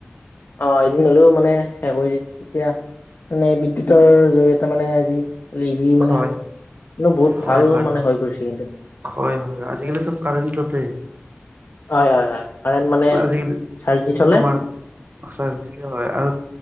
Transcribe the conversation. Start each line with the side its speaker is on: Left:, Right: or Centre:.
Left: অ'। হ'লেও মানে সে কৰি তেতিয়া, মানে বিদ্যুতৰ জৰিয়তে মানে আজি লিভিৰ মানে
Right: হয়
Left: বহুত ভাল
Right: হয় হয়
Left: মানে হৈ গৈছে কিন্তু।
Right: হয় হয়
Left: আজিকালি
Right: চব কাৰেণ্টতে
Left: হয়, হয়, হয়। কাৰেণ্ট মানে
Right: আজিকালি
Left: চাৰ্জ দি থ'লে
Right: তোমাৰ চাৰ দিলে হয়। আৰু